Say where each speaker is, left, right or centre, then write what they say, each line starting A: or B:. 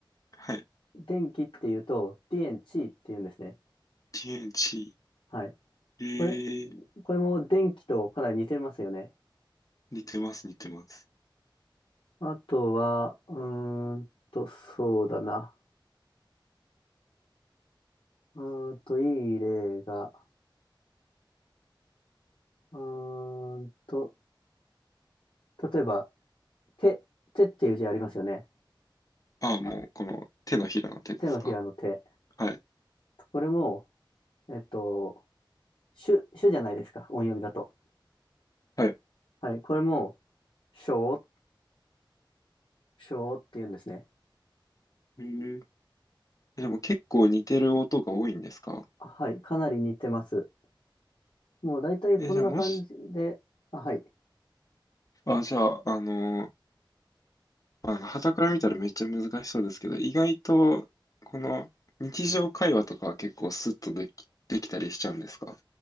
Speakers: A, on the left; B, on the left.
A: はい、
B: 電気っていうと、電地っていうんですね。
A: 天地、
B: はい。
A: へえ、
B: これ、これも電気とかなり似てますよね。
A: 似てます、似てます。
B: あとは、うーんと、そうだな。うーんと、いい例が、うーんと、例えば、手、手っていう字ありますよね。
A: ああ、もう、
B: あ
A: この手のひらの手ですか。
B: 手のひらの手。
A: はい、
B: これも、えっと、主、主じゃないですか、音読みだと。
A: はい。
B: はい、これも、しょう、しょうって言うんですね。
A: へえ、でも結構似てる音が多いんですか
B: はい、かなり似てます。もう大体こんな感じで、
A: え、じゃあもし、
B: あ、はい、
A: あ、じゃあ、あの、まあの、傍から見たらめっちゃ難しそうですけど、意外と、この日常会話とかは結構スッとでき、できたりしちゃうんですか